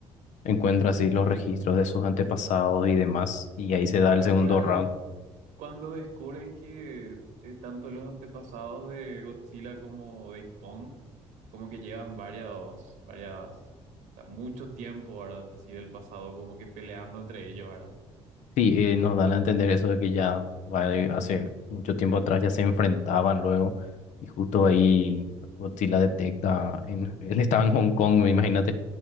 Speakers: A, on the left (about 70°); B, on the right (about 80°).
A: encuentra así los registros de sus antepasados y demás, y ahí se da
B: Ah,
A: el segundo
B: claro.
A: round.
B: Cuando descubren que eh, tanto los antepasados de Godzilla como de Kong, como que llevan varios, varias, o sea, mucho tiempo, ¿verdad? Así del pasado, como que peleando entre ellos, ¿verdad?
A: Sí, eh, nos dan a entender eso de que ya vale, hace mucho tiempo atrás ya se enfrentaban luego, y justo ahí Godzilla detecta, en- <laughs> él estaba en Hong Kong, me imagínate,